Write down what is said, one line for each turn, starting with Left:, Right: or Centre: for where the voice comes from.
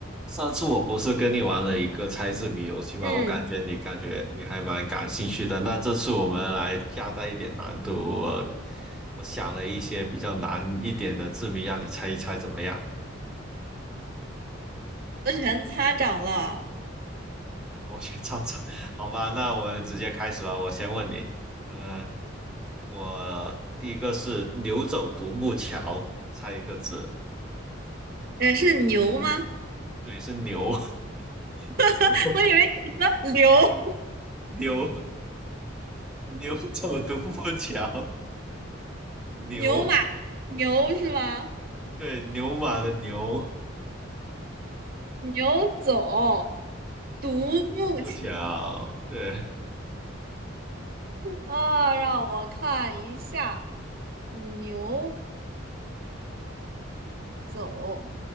Centre: 上次我不是跟你玩了一个猜字谜游戏吗？
Right: 嗯，
Centre: 我感觉你感觉你还蛮感兴趣的。那这次我们来加大一点难度，我我想了一些比较难一点的字谜，让你猜一猜怎么样？
Right: 我全擦掌了。
Centre: <laughs> 我先照猜，好吧？那我们直接开始吧。我先问你，嗯，我第一个是牛走独木桥，猜一个字，
Right: 呃，是牛吗？
Centre: 对，是牛，<laughs>
Right: <laughs> 我以为你说牛
Centre: 牛，牛走独木桥，牛，
Right: 牛马牛是吗？
Centre: 对，牛马的牛。
Right: 牛走独木桥。
Centre: 木桥，对，
Right: 啊、让我看一下，牛走